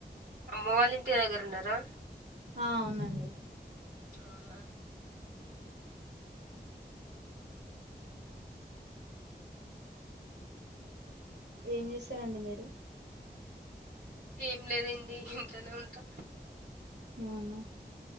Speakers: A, on the right; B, on the right.
A: అమ్మ వాళ్ళ ఇంటి దగ్గర ఉండరా
B: ఆ అవునండి
A: అవునా
B: ఏం చేస్తారండి మీరు
A: ఏం లేదండి ఇంట్లోనే ఉంటా
B: అవునా